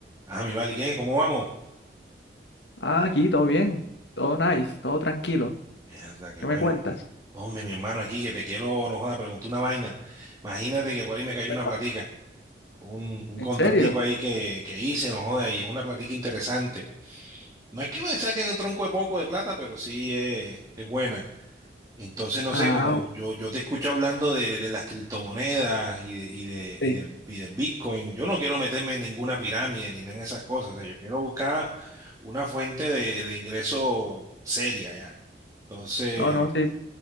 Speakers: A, on the right; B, on the left.
A: Ah, mi vale, ¿y ¿qué? ¿Cómo vamos?
B: Ah, aquí todo bien, todo nice, todo tranquilo.
A: Mierda, qué
B: ¿Qué
A: bueno.
B: me cuentas?
A: Hombre, mi hermano, aquí que te quiero, no joda, preguntar una vaina. Imagínate que por ahí me cayó
B: Cuéntame.
A: una platica, un, un
B: ¿En
A: contratico
B: serio?
A: ahí que, que hice, no joda, y es una platica interesante. No es que me saque un tronco de poco de plata, pero sí es, es buena. Entonces, no
B: Ah,
A: sé, como yo, yo te escucho hablando de, de las criptomonedas y de, y de,
B: sí.
A: y de, y de Bitcoin, yo no quiero meterme en ninguna pirámide ni nada en esas cosas. O sea, yo quiero buscar una fuente de, de ingreso seria ya. Entonces,
B: No, no, sí.